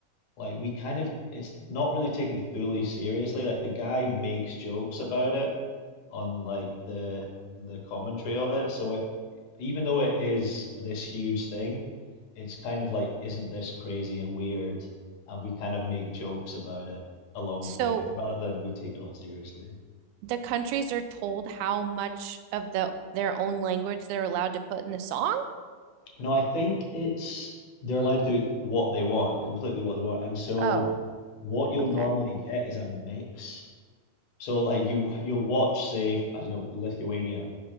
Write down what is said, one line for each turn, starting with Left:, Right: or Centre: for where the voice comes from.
Left: like we kind of it's not really taken fully seriously. Like the guy makes jokes about it on like the the commentary of it. So it even though it is this huge thing, it's kind of like isn't this crazy and weird? And we kind of make jokes about it along
Right: So
Left: the way rather than we take it all seriously.
Right: the countries are told how much of the their own language they're allowed to put in the song?
Left: No, I think it's they're allowed to eat what they want, completely what they want. And so
Right: Oh,
Left: what you'll
Right: okay.
Left: normally get is a mix. So like you you'll watch, say, I don't know, Lithuania,